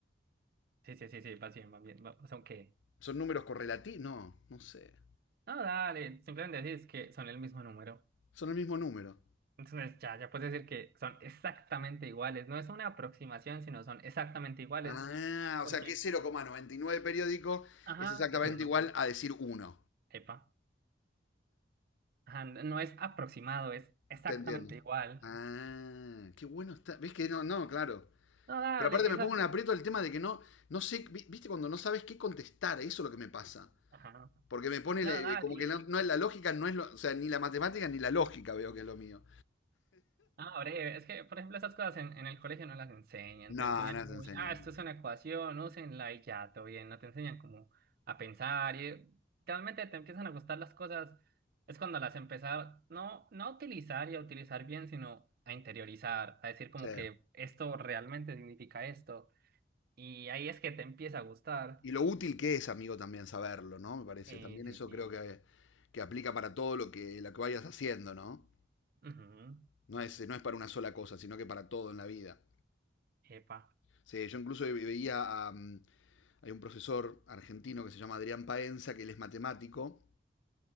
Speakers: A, on the right (about 55°); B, on the left (about 85°).
A: Sí, sí, sí, sí, vas bien, vas bien. va- Son que,
B: son números correlativos. No, no sé.
A: no, dale, simplemente decís que son el mismo número.
B: Son el mismo número.
A: Entonces ya, ya puedes decir que son exactamente iguales. No es una aproximación, sino son exactamente iguales.
B: Ah,
A: Porque,
B: o sea que cero coma noventa y nueve periódico
A: ajá,
B: es exactamente
A: es uno.
B: igual a decir 1.
A: Epa. Ajá, n- no es aproximado, es exactamente
B: Te entiendo.
A: igual.
B: Ah, qué bueno está. ¿Ves que no, no, claro.
A: No, dale,
B: Pero aparte me
A: eso.
B: pongo en aprieto el tema de que no, no sé, vi- viste cuando no sabes qué contestar, eso es lo que me pasa.
A: Ajá.
B: Porque me pone
A: No,
B: le-
A: dale.
B: como que no, no es la lógica, no es lo, o sea, ni la matemática ni la lógica veo que es lo mío.
A: Ah, breve. Es que, por ejemplo, esas cosas en, en el colegio no las enseñan.
B: No,
A: Te enseñan
B: no
A: muy,
B: se enseña.
A: ah,
B: no.
A: esto es una ecuación, úsenla y ya, todo bien. No te enseñan como a pensar y realmente te empiezan a gustar las cosas. Es cuando las empezar, no, no a utilizar y a utilizar bien, sino a interiorizar, a decir como
B: Sí.
A: que esto realmente significa esto. Y ahí es que te empieza a gustar.
B: Y lo útil que es, amigo, también saberlo, ¿no? Me parece.
A: Sí,
B: También
A: sí.
B: eso creo que, que aplica para todo lo que, lo que vayas haciendo, ¿no?
A: Ujú.
B: No es, no es para una sola cosa, sino que para todo en la vida.
A: Epa.
B: Sí, yo incluso veía a, mm, Hay un profesor argentino que se llama Adrián Paenza, que él es matemático,